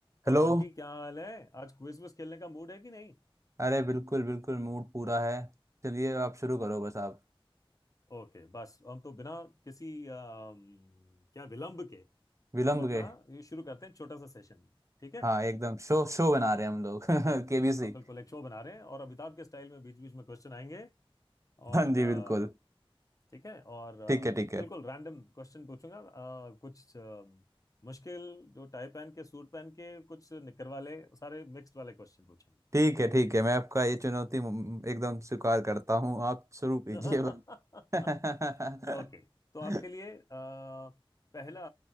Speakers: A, on the left; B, on the right.
A: और
B: Hello
A: बंटी क्या हाल है आज क्विज विज खेलने का मूड है कि नहीं
B: अरे बिल्कुल बिल्कुल मूड पूरा है चलिए आप शुरू करो बस आप
A: ओके बस हम तो बिना किसी अम, क्या विलंब के
B: विलंब
A: हम अपना
B: गए
A: ये शुरू करते हैं छोटा सा सेशन ठीक है
B: हाँ एकदम शो शो बना रहे हैं हम लोग <laughs> केबीसी
A: हाँ बिल्कुल एक शो बना रहे हैं और अमिताभ के स्टाइल में बीच बीच में क्वेश्चन आएंगे और
B: हाँ जी
A: अ,
B: बिल्कुल
A: ठीक है और अ,
B: ठीक है ठीक है
A: बिल्कुल रैंडम क्वेश्चन पूछूंगा अ, कुछ अम, मुश्किल जो टाई पहन के सूट पहन के कुछ निकर वाले सारे मिक्स्ड वाले क्वेश्चन पूछेंगे
B: ठीक है ठीक है मैं आपका ये चुनौती म- एकदम स्वीकार करता हूँ आप शुरू
A: <laughs>
B: कीजिए
A: ओके
B: बस।
A: तो आपके
B: <laughs>
A: लिए अ, पहला